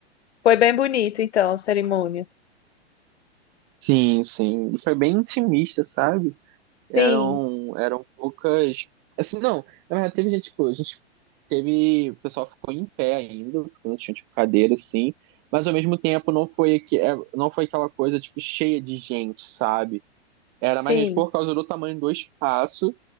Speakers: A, on the left; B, on the right.
A: foi bem bonito, então, a cerimônia.
B: Sim, sim. E foi bem intimista, sabe? Eram,
A: Sim,
B: eram poucas. Assim, não, na verdade, teve gente, tipo, a gente teve. O pessoal ficou em pé ainda, porque não tinha, tipo, cadeira, assim. Mas ao mesmo tempo não foi, aque- é, não foi aquela coisa, tipo, cheia de gente, sabe? Era
A: sim.
B: mais gente por causa do tamanho do espaço,